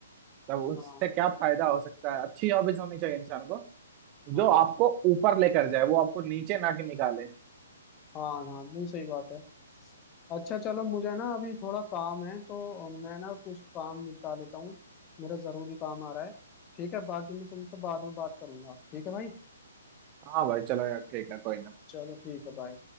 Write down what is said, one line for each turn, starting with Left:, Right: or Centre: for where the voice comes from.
Right: तब उससे
Left: हाँ
Right: क्या फायदा हो सकता है अच्छी हॉबीज होनी चाहिए इंसान को जो
Left: हाँ
Right: आपको ऊपर लेकर जाए वो आपको नीचे ना के निकाले
Left: हाँ हाँ नहीं सही बात है अच्छा चलो मुझे ना अभी थोड़ा काम है तो मैं ना कुछ काम निपटा लेता हूँ मेरा जरूरी काम आ रहा है ठीक है बाकी मैं तुमसे बाद में बात करूंगा ठीक है भाई
Right: हाँ भाई चलो यार ठीक है कोई ना
Left: चलो ठीक है बाय